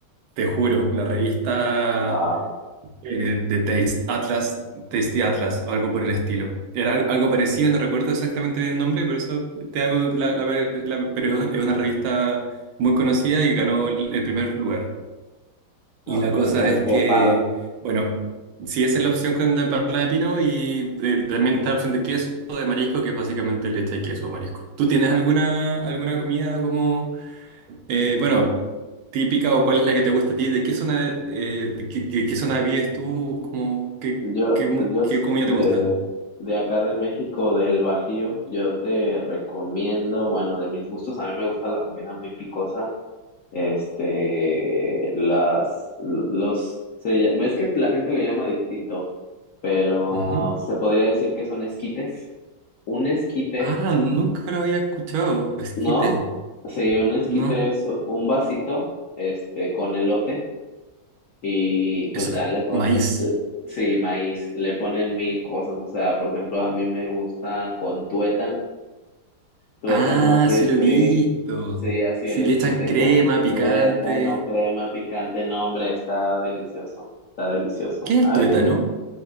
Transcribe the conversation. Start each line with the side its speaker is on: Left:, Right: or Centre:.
Right: te juro, la revista
Left: Wow.
Right: eh, de Taste, Atlas, Tasty Atlas, o algo por el estilo. Era al- algo parecido, no recuerdo exactamente el nombre, por eso te hago la, la, la- pero es una revista muy conocida y ganó el el primer lugar.
Left: Ok,
Right: Y la cosa
Left: qué,
Right: es
Left: qué
Right: que,
Left: padre.
Right: bueno, si esa es la opción con la empanada de pino y eh, también está la opción de queso, o de marisco, que es básicamente leche y queso o marisco. ¿Tú tienes alguna, alguna comida como... Eh, bueno, típica o cuál es la que te gusta a ti, ¿de qué zona, eh, de qué, qué- qué zona vives tú? ¿Cómo, qué,
Left: Yo,
Right: qué, mu-
Left: yo
Right: qué
Left: s-
Right: comida
Left: de,
Right: te gusta?
Left: de acá de México, del Bajío, yo te recomiendo, bueno, de mis gustos, a mí me gusta la comida muy picosa. Este, las, l- los, se ll- ves que la gente le llama distinto. pero
Right: Ujú.
Left: se podría decir que son esquites. Un esquite,
Right: Ah, nunca lo había escuchado, esquite.
Left: ¿no? Sí, un esquite
Right: No,
Left: es un vasito, este, con elote y pues
Right: eso
Left: ya
Right: es
Left: le po-
Right: maíz.
Left: l- sí, maíz, le ponen mil cosas, o sea, por ejemplo, a mí me gusta con tuétano, tuétano
Right: Ah,
Left: así,
Right: sí lo
Left: sí,
Right: he visto.
Left: sí, así
Right: Sí,
Left: el esquite
Right: le echan crema,
Left: con
Right: picante.
Left: tuétano, crema picante, no, hombre, está delicioso, está delicioso.
Right: ¿Qué
Left: Ahí
Right: es el tuétano?